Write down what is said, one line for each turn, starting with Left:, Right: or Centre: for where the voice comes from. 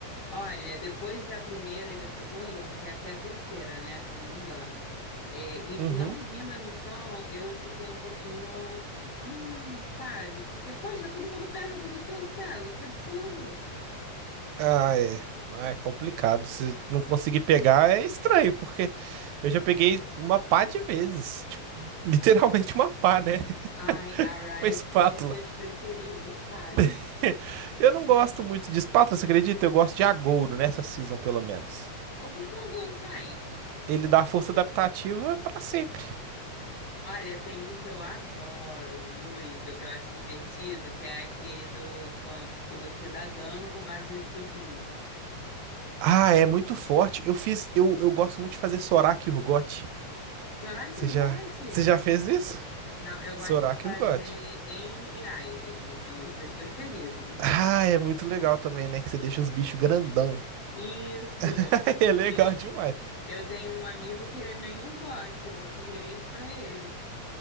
Left: Olha, depois da primeira e da segunda, porque essa é a terceira, né? Se eu não me engano. É, E,
Right: Uhum.
Left: não vindo a missão, eu fiquei um pouquinho, hum, sabe? Porque, poxa, todo mundo pega, por que que eu não pego? Que absurdo!
Right: Ah, é. Ah, É complicado. Se não conseguir pegar, é estranho, porque eu já peguei uma pá de vezes. Tipo, <laughs> literalmente uma pá, né? <laughs>
Left: Ai, a
Right: Uma
Left: Riot
Right: espátula.
Left: tem seus preferidos, sabe? <laughs>
Right: <laughs> Eu não gosto muito de espátula, você acredita? Eu gosto de agouro, nessa season, pelo menos.
Left: O que que o Aguro faz?
Right: Ele dá força adaptativa pra sempre.
Left: Olha, tem um que eu adoro muito, que eu acho divertido, que é aquele do quan- que você dá dano com base no escudinho.
Right: Ah, é muito forte. Eu fiz. Eu, eu gosto muito de fazer Sorak e Urgot.
Left: Será
Right: Você
Left: que eu
Right: já,
Left: goste?
Right: você já fez isso?
Left: Não, eu gosto
Right: Sorak
Left: de fazer
Right: e Urgot.
Left: Anne e Ivern, são os meus preferidos.
Right: Ah, é muito legal também, né? Que você deixa os bichos grandão.
Left: Isso!
Right: <laughs> É legal
Left: E eu,
Right: demais.
Left: eu tenho um amigo que ele é meio Urgot, eu vou sugerir isso pra ele.